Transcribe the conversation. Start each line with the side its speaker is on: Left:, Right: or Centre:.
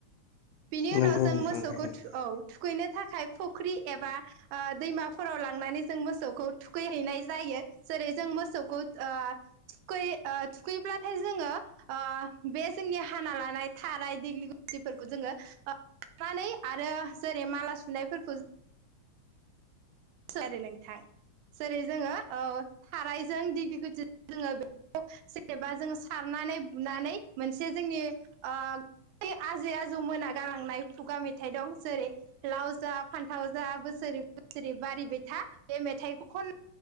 Right: बिनि उनाव
Left: नंगौ
Right: जों
Left: नोंथां
Right: मोसौखौ
Left: थारैनो
Right: थु औ। थुखैनो थाखाय फुख्रि एबा ओ दैमाफोराव लांनानै जों मोसौखौ थुखैहैनाय जायो यो जेरै जों मोसौखौ ओ थुखै ओ थुखैब्लाथाय जोङो ओ बे जोंनि हाना लानाय थाराय देग्लि गुतिफोरखौ जोङो ओ <inaudible> नानै आरो जेरै माला सुनायफोरखौ जो <inaudible> नोंथां जेरै जोङो औ थारायजों दिगलि गुथि जों जोङो बे खौ जेनेबा जोंङो सारनानै बुनानै मोनसे जोंनि ओ बै आजै आजौ मोना गालांनाय खुगा मेथाइ दं जेरै लाव जा फान्थाव जा बोसोर बोसोरै बसोरै बारिबाय था बे मेथाइखौ खन